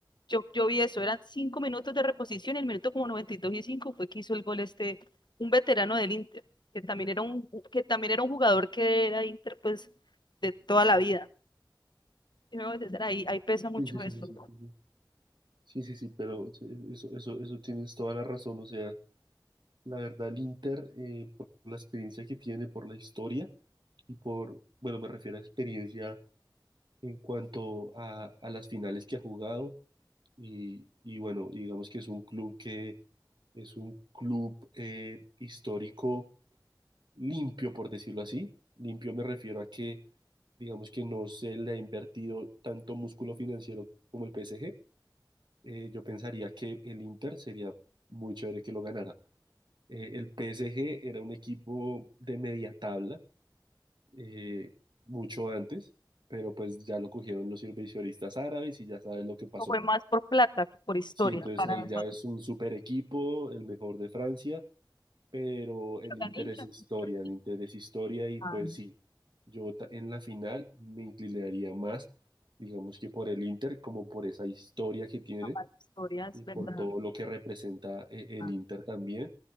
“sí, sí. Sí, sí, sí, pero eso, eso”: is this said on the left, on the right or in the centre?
Right